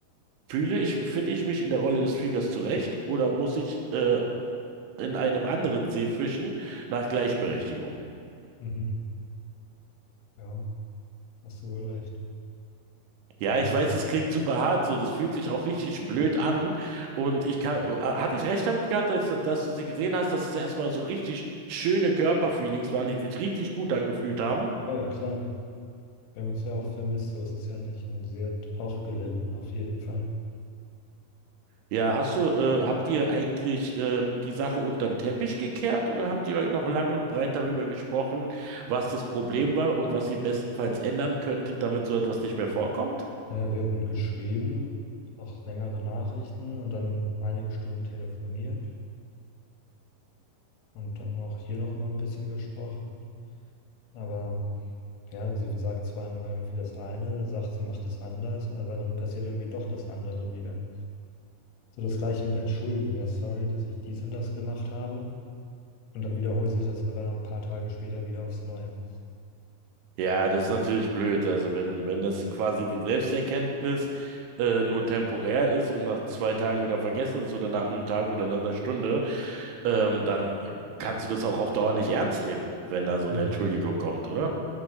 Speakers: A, on the right; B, on the left.
A: Fühle ich, finde ich mich in der Rolle des Fliegers zurecht oder muss ich äh, in einem anderen See fischen nach Gleichberechtigung?
B: Mhm. Ja, hast du wohl recht.
A: Ja, ich
B: Und
A: weiß, das klingt super hart so, das fühlt sich auch richtig blöd an. Und ich kann, äh, hatte ich recht damit gehabt, dass, dass du sie gesehen hast, dass es erstmal so richtig schöne Körperfeelings waren, die sich richtig gut angefühlt haben?
B: ja, ja, klar, wir haben uns ja auch vermisst, so ist es ja nicht. Und sie hat auch gelitten, auf jeden Fall.
A: Ja, hast du, äh, habt ihr eigentlich ähm, die Sache unter den Teppich gekehrt oder habt ihr noch lang und breit darüber gesprochen, was das Problem war und was ihr bestenfalls ändern könntet, damit so etwas nicht mehr vorkommt?
B: Naja, wir hatten geschrieben, auch längere Nachrichten und dann einige Stunden telefoniert und dann auch hier nochmal ein bisschen gesprochen. Aber ja, sie sagt zwar immer irgendwie das eine, sagt, sie macht es anders, aber dann passiert irgendwie doch das andere wieder. So das Gleiche mit Entschuldigung. Ja, sorry, dass ich dies und das gemacht habe. Und dann wiederholt sich das aber ein paar Tage später wieder aufs Neue.
A: Ja, das ist natürlich blöd. Also wenn, wenn das quasi die Selbsterkenntnis äh, nur temporär ist und nach zwei Tagen wieder vergessen ist oder nach einem Tag oder nach einer Stunde, ähm, dann äh, kannst du das auch auf Dauer nicht ernst nehmen, wenn da so eine
B: Hm,
A: Entschuldigung kommt, oder?